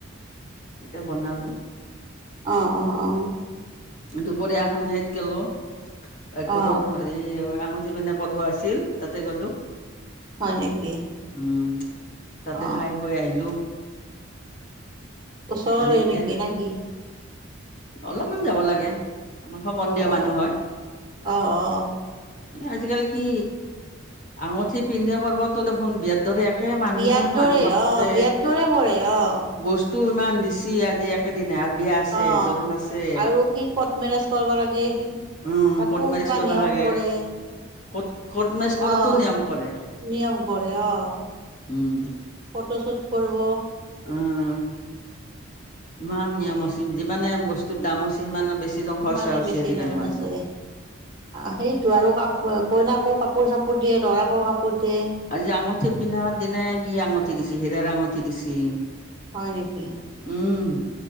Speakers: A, on the left; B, on the right.
A: এ বনালো।
B: অ অ অ
A: দুপৰীয়াখনান সত গলো একঘৰৰ
B: অ
A: <inaudible> হেৰি আঙুঠি পিন্ধোৱা পৰ্ব আছিল তাতে গলো।
B: হয় নেকি।
A: উম তাতে
B: অ
A: খায় বৈ আহিলোঁ।
B: ওচৰৰ
A: আহি
B: হয়
A: এতিয়া
B: নেকি না কি।
A: অলপমান যাব লাগে আমাৰ সম্বন্ধীয়
B: অ
A: মানুহ হয়।
B: অ অ
A: আজিকালি কি আঙুঠি পিন্ধোৱা পৰ্বতটো দেখোন বিয়াত দৰে একে মানুহ
B: বিয়াৰ
A: ইমান
B: দৰে
A: মানুহ মাতে।
B: অ বিয়াৰ দৰে কৰে অ
A: বস্তুও ইমান দিছি আজি একেদিনাই আৰু বিয়া আছে,
B: অ
A: জোৰোণ আছে।
B: আৰু কি কৰ্ট মেৰেজ হৈ গ'ল আজি
A: উম
B: তাতো
A: কৰ্ট মেৰেজ
B: কিবা
A: কৰিব
B: নিয়ম
A: লাগে
B: কৰে।
A: কৰ্ট কৰ্ট মেৰেজ কৰোতো
B: অহ
A: নিয়ম কৰে
B: নিয়ম কৰে অহ।
A: উম
B: ফটোশোট কৰিব।
A: উম। ইমান নিয়ম
B: সেয়া
A: হৈছে যিমানে বস্তুত দাম হৈছে সিমান বেছি ধৰ
B: সিমানে
A: খৰচা হৈছে
B: বেছি
A: আজিকালি
B: নিয়ম
A: মানুহৰ।
B: আছে সেইটো আৰু কাপোৰ কইনাকো কাপোৰ চাপোৰ দিয়ে দৰাকো কাপোৰ দিয়ে।
A: আজি আঙঠি পিন্ধা দিনাই কি আঙঠি দিছে সিৰা আঙঠি দিছে।
B: হয় নেকি।
A: উম